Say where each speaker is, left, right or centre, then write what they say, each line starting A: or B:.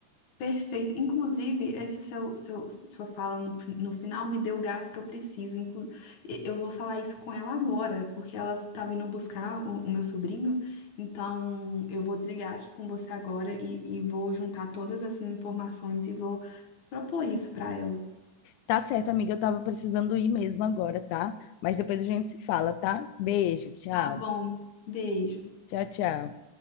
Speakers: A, on the left; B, on the left.
A: perfeito. Inclusive, esse seu, seu, sua fala no, no final me deu o gás que eu preciso. Inclu e- eu vou falar isso com ela agora, porque ela tá vindo buscar o, o meu sobrinho. Então, eu vou desligar aqui com você agora e, e vou juntar todas essas informações e vou propor isso pra ela.
B: Tá certo, amiga. Eu tava precisando ir mesmo agora, tá? Mas depois a gente se fala, tá? Beijo, tchau.
A: Tá bom. Beijo.
B: Tchau, tchau.